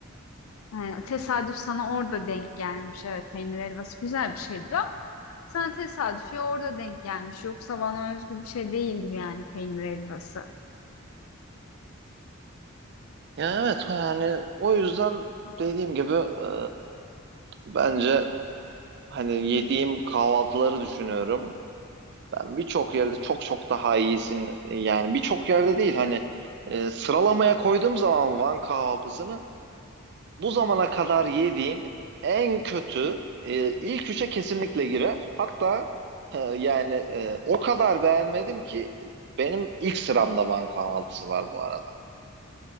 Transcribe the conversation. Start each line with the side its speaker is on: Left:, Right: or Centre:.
Left: Ee, tesadüf sana orada denk gelmiş. Evet peynir helvası güzel bir şeydir Sen tesadüfi orada denk gelmiş. Yoksa bana özgü bir şey değildir yani peynir helvası.
Right: Ya evet yani o yüzden dediğim gibi e, bence hani yediğim kahvaltıları düşünüyorum. Ben birçok yerde çok çok daha iyisin. e, Yani birçok yerde değil hani e, sıralamaya koyduğum zaman Van kahvaltısını bu zamana kadar yediğim en kötü e, ilk üçe kesinlikle girer. Hatta e, yani e, o kadar beğenmedim ki benim ilk sıramda Van kahvaltısı var bu arada.